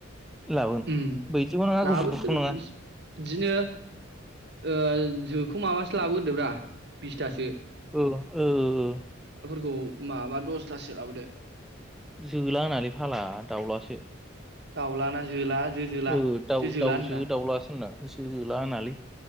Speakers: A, in the centre; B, on the right.
A: लाबोगोन
B: उम
A: बैदिखौ नङा
B: लाबोदो
A: गुफुर गुफुरखौ नङा
B: बिदिनो ओ जो खौ माबासो लाबोगोरदोब्रा बिसथासो
A: ओ ओ ओ ओ
B: खौ माबा दसथासो लाबोदो
A: जोला होनालै फाग्ला दाउलासो
B: दाउलाना जोला जोजोला
A: औ दाउ
B: जोजोला
A: दाउजो
B: होनोना
A: दाउलास जोंना जो जोला होनालै